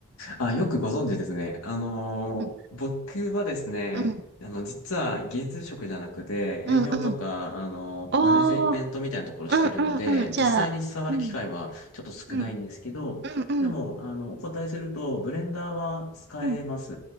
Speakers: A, on the left; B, on the right.
A: あ、よくご存知ですね。あのー僕はですね、
B: うん、うん、
A: あの、実は技術職じゃなくて、
B: うん、
A: 営業とか、
B: うん。
A: あのーマネジメントみたいなところしているので、
B: おー、うん、うん、うん。じゃあ、
A: 実際に触る機会はちょっと少ないんですけど、
B: うん、うん、うん、うん、
A: でも、あの、お答えすると、ブレンダーは使えます。
B: うん。